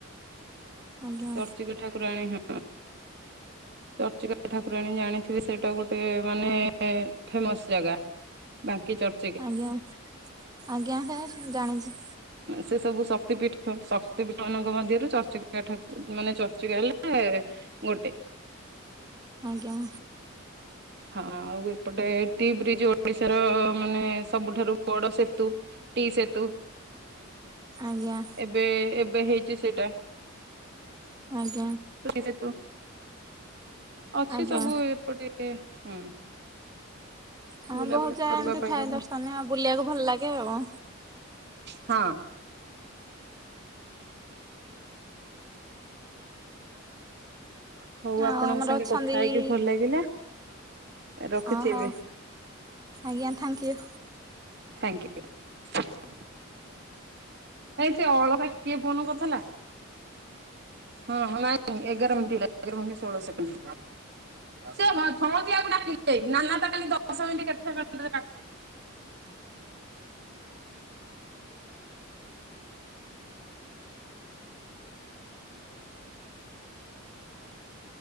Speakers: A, on the right; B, on the right.
A: ଆଜ୍ଞା
B: ଚର୍ଚ୍ଚିକା ଠାକୁ ଠାକୁରାଣୀ ହଁ ଚର୍ଚ୍ଚିକା ଠାକୁରାଣୀ ଜାଣି ସେଇଟା ଗୋଟେ ମାନେ ଫେମସ୍ ଜାଗା। ବାଙ୍କି ଚର୍ଚ୍ଚି
A: ଆଜ୍ଞା ଆଜ୍ଞା ହେ ଜାଣିଛି।
B: ସେ ସବୁ ଶକ୍ତିପୀଠ ଶକ୍ତି ପୀଠ ମାନଙ୍କ ମଧ୍ୟରୁ ଚର୍ଚ୍ଚିକା ଠା ମାନେ ଚର୍ଚ୍ଚିକା ହେଲେ ଗୋଟେ।
A: ଆଜ୍ଞା।
B: ହଁ ଆଉ ଏପଟେ ଟି ବ୍ରିଜ ଓଡିଶାର ମାନେ ସବୁଠାରୁ ବଡ ସେତୁ। ଟି ସେତୁ।
A: ଆଜ୍ଞା।
B: ବେ ଏବେ ହେଇଛି ସେଇଟା।
A: ଆଜ୍ଞା।
B: ସେତୁ ଅଛି
A: ଆଜ୍ଞା
B: ସବୁ ଏପଟେ ହୁଁ।
A: ହଁ
B: ବୁଲାବୁଲି
A: ବହୁତ ଜାଗା
B: କରିବା
A: ଏମିତି
B: ପାଇଁକା
A: ଥାଏ
B: ଭଲ
A: ଦର୍ଶନୀୟ ଆଉ ବୁଲିବାକୁ ଭଲ ଲାଗେ ଆଉ।
B: ହଁ। ହଉ
A: ଆଉ
B: ଆପଣଙ୍କ
A: ଆମର
B: ସାଙ୍ଗେ
A: ଅଛନ୍ତି
B: କଥା ହେଇକି ଭଲ ଲାଗିଲା। ରଖୁଛି
A: ଅ ହଉ
B: ଏବେ।
A: ଆଜ୍ଞା ଥ୍ୟାଙ୍କୟୁ।
B: ଥ୍ୟାଙ୍କୟୁ। ଏଇ ସେ ଅଳକା କିଏ ଫୋନ କରିଥିଲା? ହଁ ନାଇଁ ଏଗାର ମିନିଟ୍ ହେଲା ଏଗାର ମିନିଟ ଷୋହଳ ସେକେଣ୍ଡ ସେ ପୁରା ଠିକ୍ ହେଇଛି ନାନା ତ କାଲି ଦଶ ମିନିଟ୍ କେତେ ସେକେଣ୍ଡ ରେ କା